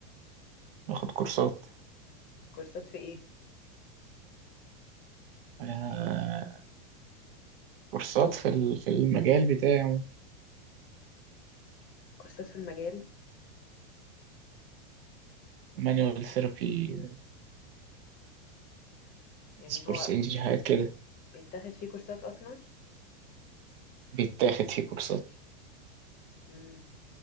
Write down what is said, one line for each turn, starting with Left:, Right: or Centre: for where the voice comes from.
Right: باخد كورسات
Left: كورسات في ايه
Right: آه، كورسات في ال- في المجال بتاعي
Left: كورسات في المجال
Right: مانوال ثيرابي
Left: يعني
Right: سبورسنجي
Left: هو
Right: حاجات كده
Left: بيتاخد فيه كورسات اصلا
Right: بيتاخد فيه كورسات
Left: امم